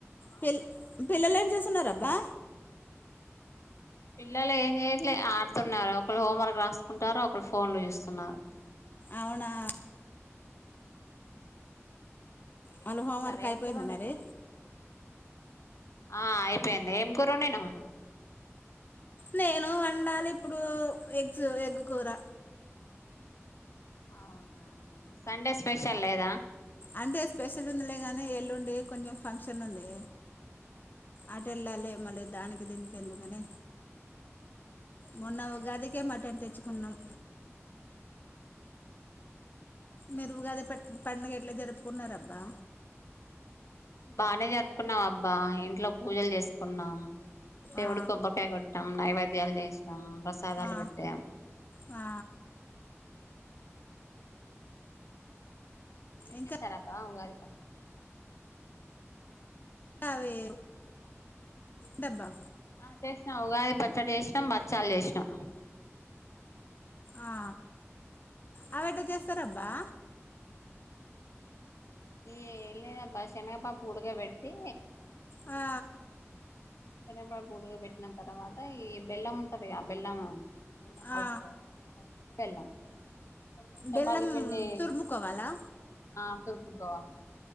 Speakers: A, on the left (about 40°); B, on the left (about 75°).
A: పిల్ పిల్లలు ఏం చేస్తున్నారు అబ్బా
B: పిల్లలు ఏం చేయట్లే ఆడుతున్నారు ఒకళ్ళు హోంవర్క్ రాసుకుంటారు ఒకళ్ళు ఫోన్లు చూస్తున్నారు
A: అవునా
B: మీరేం
A: వాళ్ళ
B: చేస్తున్నారు
A: హోంవర్క్
B: ఏం
A: అయిపోయిందా
B: కూర వండినవ్
A: మరి
B: ఆ అయిపోయింది ఏం కుర్రా వండినావ్
A: నేను వండాలి ఇప్పుడు ఎగ్స్ ఎగ్గుకూర
B: అవునా సండే స్పెషల్ లేదా
A: అంటే స్పెషల్ ఉందిలేగాని ఎల్లుండి కొంచెం ఫంక్షన్ ఉంది అటెల్లాలి మళ్ళీ దానికి దీనికి ఎందుకని మొన్న ఉగాది కే మటన్ తెచ్చుకున్నాం మీరు ఉగాది ప పండుగ ఎట్లా జరుపుకున్నారు అబ్బా
B: బానే జరుపుకున్నాం అబ్బా ఇంట్లో పూజలు జేసుకున్నాం దేవుడికి
A: ఆ
B: కొబ్బరికాయ కొట్టాం నైవేద్యాలు చేసినం ప్రసాదాలు
A: ఆ
B: పెట్టాం
A: ఆ
B: మీరేం
A: ఇంకా
B: చేశారు అబ్బ ఉగాది పండగ కి
A: అవే డబ్బా
B: ఆ చేసినా ఉగాది పచ్చడి చేసినం భచ్చాలు చేసినం
A: ఆ అవి ఎట్టా చేస్తారబ్బా
B: ఏ లేదబ్బా శనగ పప్పు ఉడకభెట్టి
A: ఆ
B: శెనగపప్పు ఉడక పెట్టిన తర్వాత ఈ బెల్లం ఉంటదిగా బెల్లం బెల్లం కలుపుకోవాలి
A: ఆ
B: చిన్న పప్పును బెల్లం కొంచెం చపాతి
A: బెల్లం
B: పిండి
A: తురుముకోవాలా
B: ఆ తురుపుకోవాలి